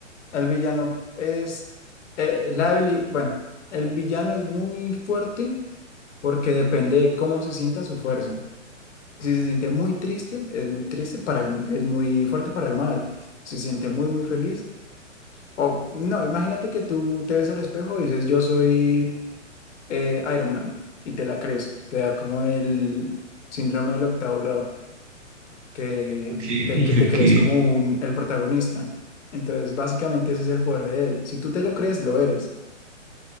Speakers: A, on the left; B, on the right.
A: el villano es eh, la habili- bueno, el villano es muy fuerte porque depende de cómo se sienta su fuerza. Si se siente muy triste, es muy triste para el- es muy fuerte para el mal. Si se siente muy, muy feliz, O no, imagínate que tú te ves al espejo y dices, yo soy eh, Iron Man, y te la crees, te da como el síndrome del octavo grado, que,
B: Ok, <laughs>
A: que, que te
B: ok.
A: crees como un, el protagonista. Entonces, básicamente ese es el poder de él. Si tú te lo crees, lo eres.